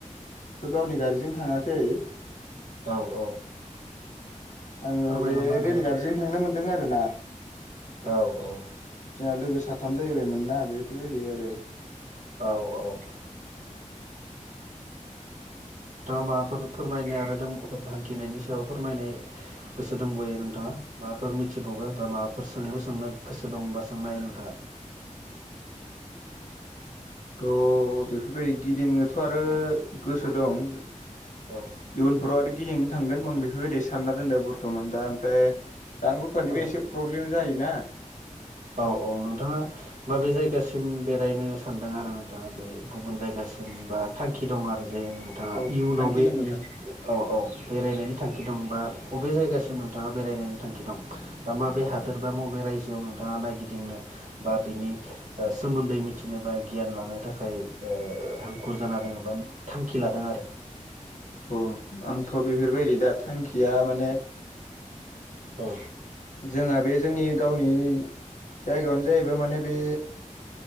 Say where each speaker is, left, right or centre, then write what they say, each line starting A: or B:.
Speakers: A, on the left; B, on the right.
A: थ' गावनि गारिजों थांङाखै
B: औ औ
A: आङो
B: फोरमायलांनो
A: बे
B: हागोन
A: रेलगारिजों
B: नोंथां
A: थांनो मोनदों आरो ना जोंहा
B: औ औ
A: लोगो साथाम जाहैबायमोन ना बेफोरबायदि आरो
B: औ औ नोंथाङा माबाफोर फोरमायनाय आरो हान्थिनायनि सायाव फोरमायनाय गोसो दंबावयो नोंथाङा माबाफोर मिथिबावगो बा माबाफोर सोंलु सोंनो गोसो दंबा सोंनो हायो नोंथाङा
A: <inaudible> थ' बेफोरबायदि गिदिंनोथ' आरो गोसो दं इयुनफोराव
B: औ
A: आरो गिदिंनो थांगोन आं बेफोरबायदि सानना दोनदो बरत'मान दा ओमफ्राय रां रुफानिबो
B: औ
A: एसे प्रब्लेम जायोना
B: औ औ नोंथाङा माबे जायगासिम बेरायनो सानदों आरो नोंथाङा बे गुबुन जायगासिम बा थांखि दं आरो जे नोंथाङा
A: औ
B: इयुनाव
A: थांखि
B: बे औ
A: दं नोंथां
B: औ बेरायनायनि थांखि दं बा बबे जायगासिम नों थाङा बेरायनायनि थांखि दं? बा माबे हादोर बा बबे रायजोआव नोंथाङा नायगिदिंनो बा बिनि ओ सोमोन्दै मिथिनो बा गियान लानो थाखाय ओ हांखुर जाना दङ' बा थांखि लादों आरो।
A: औ आंथ' बेफोरबायदि दा थांखिया माने
B: औ
A: जोंहा बे जोंनि गावनि जायगायावनो जाहैबाय माने बे